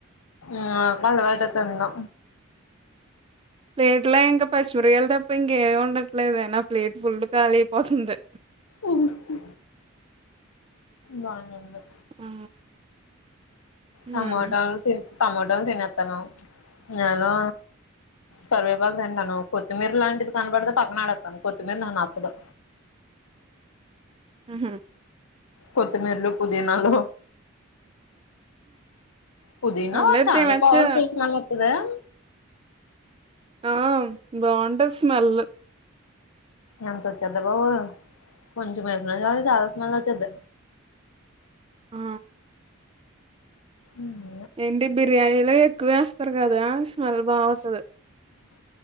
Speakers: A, on the left; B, on the right.
A: ఆ అలవాటే తిన్ను
B: ప్లేట్లా ఇంకా పచ్చిమిరగాయల్ తప్ప ఇంకేమి ఉండట్లేదయినా ప్లేట్ ఫుల్ కాలీ అయిపోతుంది.
A: ఉహు బానుంది.
B: ఆ హ్మ్.
A: టమాటల్ తిన్ టమాటల్ తినేత్తున నేను కర్వేపాకు తింటాను. కొత్తిమీర లాంటిది కనబడితే పక్కనడేతను కొత్తిమీర నాకు నచ్చదు.
B: ఉహు
A: కొత్తిమీరలు, పుదినాలు పుదినా
B: పర్లేదు
A: చలా
B: తినొచ్చు
A: పర్ఫుల్స్ నాకు ఉన్నాయా
B: ఆ బావుంటద్ స్మెల్
A: ఎంత వచ్చేద్దె బాబు కొంచం వేసిన చాలు చాలా స్మెల్ వచ్చేది.
B: ఆ
A: ఉమ్
B: ఏంటి బిర్యానీలో ఎక్కువేస్తారు గాదా స్మెల్ బా అవుత్తది.